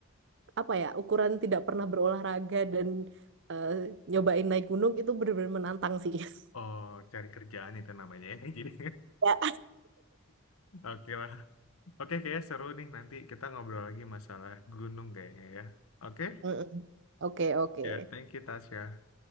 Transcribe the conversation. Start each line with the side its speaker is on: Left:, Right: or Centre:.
Right: apa ya ukuran tidak pernah berolahraga dan eh, nyobain naik gunung itu benar-benar menantang sih. <laughs>
Left: Oh, cari kerjaan itu namanya ya. <laughs> Jadi
Right: Ya.
Left: <laughs> oke lah. Oke, kayaknya seru nih. Nanti kita ngobrol lagi masalah gunung kayaknya ya. Oke,
Right: Mm-mm. Oke, oke.
Left: ya. Thank you, Tasya.